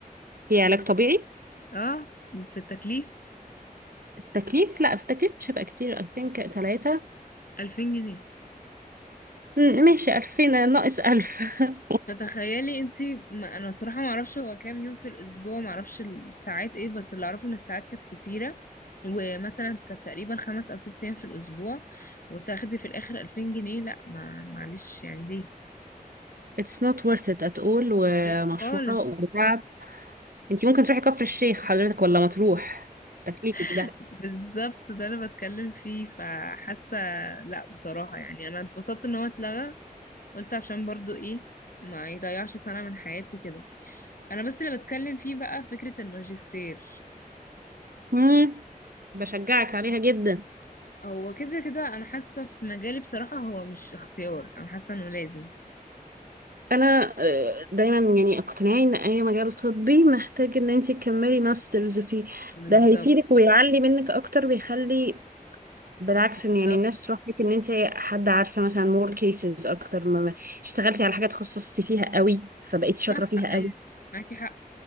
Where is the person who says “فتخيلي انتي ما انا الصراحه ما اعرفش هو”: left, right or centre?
Left